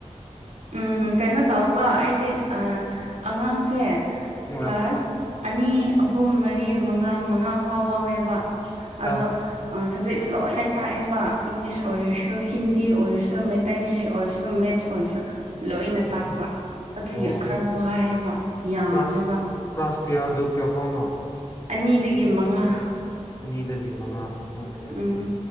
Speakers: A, on the right; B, on the left.
A: ꯎ ꯀꯩꯅꯣ ꯇꯧꯕ ꯑꯩꯗꯤ ꯑꯉꯥꯡꯁꯦ
B: ꯑꯥ
A: ꯀ꯭ꯂꯥꯁ ꯑꯅꯤ ꯑꯍꯨꯝ ꯃꯔꯤ ꯃꯉꯥ ꯃꯉꯥ ꯐꯥꯎ ꯂꯧꯋꯦꯕ ꯑꯗꯣ
B: ꯑꯥ
A: ꯁꯞꯖꯦꯛꯇꯣ ꯂꯣꯏꯅ ꯇꯥꯛꯑꯦꯕ ꯏꯪꯂꯤꯁ ꯑꯣꯏꯔꯁꯨ ꯍꯤꯟꯗꯤ ꯑꯣꯏꯔꯁꯨ ꯃꯩꯇ ꯑꯣꯏꯔꯁꯨ ꯃꯦꯠꯁ ꯑꯣꯏꯔꯁꯨ ꯂꯣꯏꯅ ꯇꯥꯛꯄ ꯑꯗꯨꯒꯤ
B: ꯑꯣ
A: ꯈ꯭ꯔ ꯋꯥꯏꯌꯦꯕ ꯌꯥꯝꯃꯦꯕ
B: ꯀ꯭ꯂꯥꯁ ꯀ꯭ꯂꯥꯁ ꯀꯌꯥ ꯑꯗꯨ ꯀꯌꯥ ꯐꯥꯎꯅꯣ
A: ꯑꯅꯤꯗꯒꯤ ꯃꯉꯥ
B: ꯑꯅꯤꯗꯒꯤ ꯃꯉꯥ ꯑꯣꯀꯦ
A: ꯎꯝ